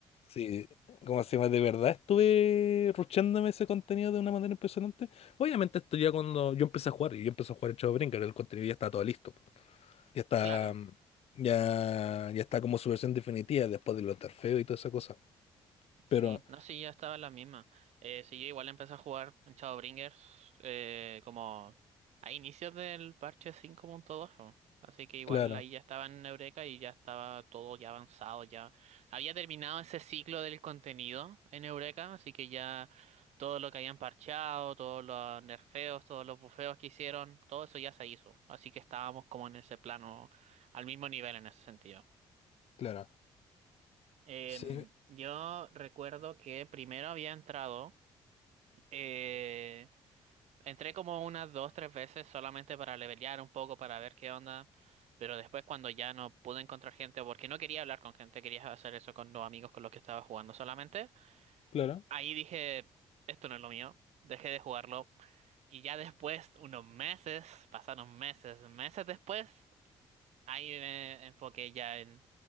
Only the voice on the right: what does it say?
claro.
Sí,
no, sí, ya estaba en la misma. Eh, sí, yo igual empecé a jugar en Shadowbringers eh, como a inicios del parche 5.2. ¿no? Así que igual
ahí ya estaba en Eureka y ya estaba todo ya avanzado, ya había terminado ese ciclo del contenido en Eureka, así que ya todo lo que habían parchado, todos los nerfeos, todos los bufeos que hicieron, todo eso ya se hizo. Así que estábamos como en ese plano, al mismo nivel en ese sentido.
Em,
yo recuerdo que primero había entrado, eh, entré como unas dos, tres veces solamente para levelear un poco, para ver qué onda, pero después cuando ya no pude encontrar gente, o porque no quería hablar con gente, quería hacer eso con los amigos con los que estaba jugando solamente,
ahí dije, esto no es lo mío, dejé de jugarlo, y ya después, unos meses, pasaron meses, meses después, Ahí me enfoqué ya en